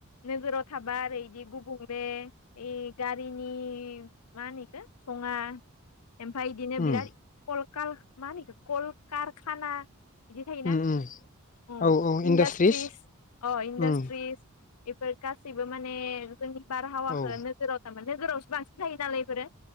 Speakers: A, on the left (about 90°); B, on the left (about 35°).
A: नोगोराव थाबा ओरै बिदि गुबुंले ओइ गारिनि मा होनो इखो धङा ओमफाय इदिनो बिराद
B: उम
A: कल काल मा होनो इखो कल कारखाना बिदि थायोना
B: उम उम
A: अ
B: औ औ
A: इन्डासट्रिस
B: इन्डास्ट्रिस
A: अ इन्डास्ट्रिस
B: उम
A: इफोर गासैबो माने जोंनि बारहावाखौ
B: औ
A: नोजोराव तामाने नोगोरावसो बांसिन थायो नालाय इफोरो